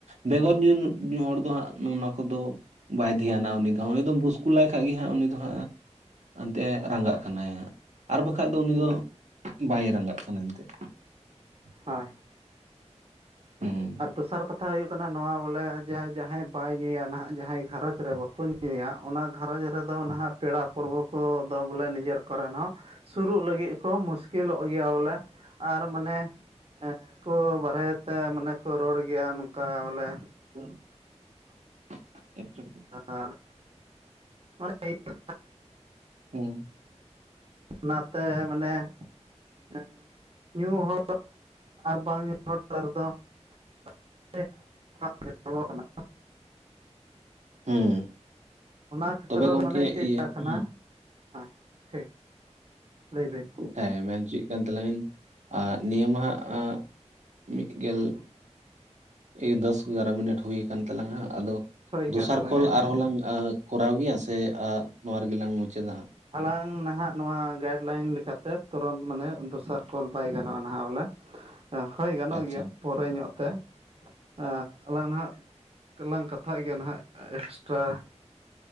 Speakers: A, on the right (about 80°); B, on the right (about 55°).
A: ᱵᱮᱜᱚᱨ ᱧᱩ ᱧᱩ ᱦᱚᱲ ᱫᱚ ᱦᱟᱸᱜ ᱱᱚ ᱱᱚᱣᱟ ᱠᱚᱫᱚ ᱵᱟᱭ ᱫᱷᱮᱭᱟᱱᱟ ᱩᱱᱤ ᱫᱚ ᱩᱱᱤ ᱫᱚᱢ ᱵᱩᱥᱠ ᱞᱟᱭ ᱠᱷᱟ ᱜᱮ ᱦᱟᱸᱜ ᱩᱱᱤ ᱫᱚ ᱦᱟᱸᱜ ᱮᱱᱛᱮ ᱨᱟᱸᱜᱟᱜ ᱠᱟᱱᱟᱭ ᱦᱟᱸᱜ ᱟᱨ ᱵᱟᱠᱷᱟᱡ ᱫᱚ ᱩᱱᱤ
B: ᱦᱩᱸ
A: ᱫᱚ ᱵᱟᱭ ᱨᱟᱸᱜᱟᱜ ᱠᱟᱱᱟ ᱮᱱᱛᱜ
B: ᱦᱳᱭ
A: ᱦᱩᱸ
B: ᱟᱨ ᱫᱚᱥᱟᱨ ᱠᱟᱛᱷᱟ ᱦᱩᱭᱩᱜ ᱠᱟᱱᱟ ᱱᱚᱣᱟ ᱵᱚᱞᱮ ᱡᱟ ᱡᱟᱦᱟᱸᱭ ᱵᱟᱭ ᱧᱩᱭᱟ ᱱᱟᱦᱟᱜ ᱡᱟᱦᱟᱸᱭ ᱜᱷᱟᱨᱚᱸᱡᱽ ᱨᱮ ᱵᱟᱠᱚ ᱧᱩ ᱧᱩᱭᱟ ᱚᱱᱟ ᱜᱷᱟᱨᱚᱸᱡᱽ ᱨᱮᱫᱚ ᱱᱟᱦᱟᱜ ᱯᱮᱲᱟ ᱯᱟᱹᱨᱵᱟᱹ ᱠᱚ ᱫᱚ ᱵᱚᱞᱮ ᱱᱤᱡᱮᱨ ᱠᱚᱨᱮᱱ ᱦᱚᱸ ᱥᱩᱨᱩᱜ ᱞᱟᱹᱜᱤᱫ ᱠᱚ ᱢᱩᱥᱠᱤᱞᱚᱜ ᱜᱮᱭᱟ ᱵᱚᱞᱮ ᱟᱨ ᱢᱟᱱᱮ ᱮ ᱠᱚ ᱵᱟᱨᱦᱮ ᱛᱮ ᱢᱟᱱᱮ ᱠᱚ ᱨᱚᱲ ᱜᱮᱭᱟ ᱱᱚᱝᱠᱟ ᱵᱚᱞᱮ
A: <inaudible>
B: ᱟᱨ ᱢᱟᱱ <inaudible>
A: ᱦᱩᱸ
B: ᱚᱱᱟᱛᱮ ᱢᱟᱱᱮ <unintelligible> ᱧᱩ ᱦᱚᱲ ᱟᱨ ᱵᱟᱝ ᱧᱩ ᱦᱚᱲ ᱨᱮᱫᱚ <inaudible>
A: ᱦᱮᱸ
B: ᱚᱱᱟ ᱠᱷᱮᱛᱨᱚ
A: ᱛᱚᱵᱮ ᱜᱚᱝᱠᱮ
B: ᱨᱮ ᱢᱟᱱᱮ ᱪᱮᱫ
A: ᱤᱭᱟᱹ
B: ᱪᱷᱟ ᱠᱟᱱᱟ
A: ᱦᱩᱸ
B: ᱦᱮᱸ ᱴᱷᱤᱠ ᱞᱟᱹᱭᱵᱤᱱ
A: ᱦᱮᱸ ᱢᱮᱱ ᱦᱚᱪᱚᱭᱮᱫ ᱠᱟᱱ ᱛᱞᱟᱝᱤᱧ ᱟᱸ ᱱᱤᱭᱟᱹ ᱢᱟᱦᱟᱜ ᱟᱸ ᱢᱤᱫ ᱜᱮᱞ ᱮ ᱫᱚᱥ ᱮᱜᱟᱨᱚ ᱢᱤᱱᱤᱴ ᱦᱩᱭ ᱟᱠᱟᱱ ᱛᱟᱞᱟᱝᱟ ᱟᱫᱚ
B: ᱦᱳᱭ
A: ᱫᱚᱥᱟᱨ
B: ᱠᱟᱱ ᱛᱟᱞᱟᱝᱟ
A: ᱠᱚᱞ
B: ᱦᱮᱸ
A: ᱟᱨᱦᱚᱸ ᱞᱟᱝ ᱟ ᱠᱚᱨᱟᱣ ᱜᱮᱭᱟ ᱥᱮ ᱟ ᱱᱚᱣᱟ ᱨᱮᱜᱮ ᱞᱝ ᱢᱩᱪᱟᱹᱫᱟ ᱦᱟᱸᱜ
B: ᱟᱞᱟᱝ ᱱᱟᱦᱟᱜ ᱱᱚᱣᱟ ᱜᱟᱭᱤᱰ ᱞᱟᱭᱤᱱ ᱞᱮᱠᱟᱛᱮ ᱛᱩᱨᱚᱱᱛ ᱢᱟᱱᱮ ᱫᱚᱥᱟᱨ ᱠᱚᱞ ᱵᱟᱭ ᱜᱟᱱᱚᱜᱼᱟ ᱱᱟᱦᱟᱜ ᱵᱚᱞᱮ ᱦᱳᱭ ᱜᱟᱱᱚᱜ
A: ᱟᱪᱪᱷᱟ
B: ᱜᱮᱭᱟ ᱯᱚᱨᱮ ᱧᱚᱜ ᱛᱮ ᱟᱻ ᱟᱞᱟᱝ ᱱᱟᱦᱟᱜ ᱛᱟᱦᱞᱮ ᱞᱟᱝ ᱠᱟᱛᱷᱟᱜ ᱜᱮᱭᱟ ᱱᱟᱦᱟᱜ ᱮᱠᱥᱴᱨᱟ